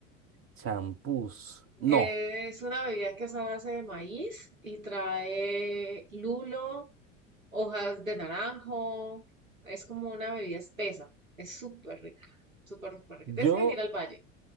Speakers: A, on the right (about 35°); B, on the right (about 90°).
A: champús. No,
B: Eh, Es una bebida que es a base de maíz y trae lulo, hojas de naranjo. Es como una bebida espesa. Es súper rica, súper, súper rica. Tienes
A: yo
B: que venir al valle.